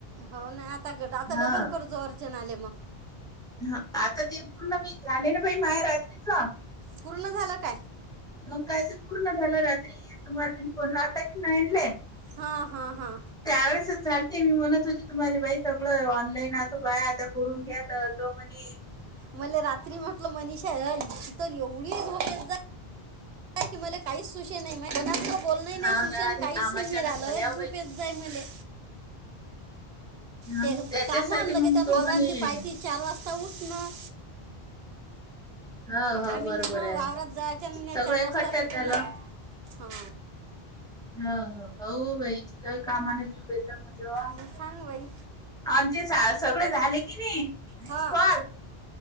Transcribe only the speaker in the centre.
हा
ह आता ते पूर्ण मी झाले नाई माय रात्रीच
मग काय ते पूर्ण झालं रात्री तुम्हाला बी फोन लावता की नाईन ले.
त्यावेेळेसच झालते मी म्हणत होते तुम्हाला बाई सगळं ऑनलाईन आतो बाय आता करून घ्यात तो म्हणे
हा
ना त्या
कामाच्या
ना झाल्या हो
बाई
तुम्ही
बेता
हा
मग त्याच्यासाठी
मग
तो
म्हणे
हो, हो.
बरोबर
आहे.
सगळं
एकखट्ट्यात
झालं.
ह ह हो बाई का कामाने जऊस म तेवा,
आण ते सगळे झाले की नाही विस
कॉल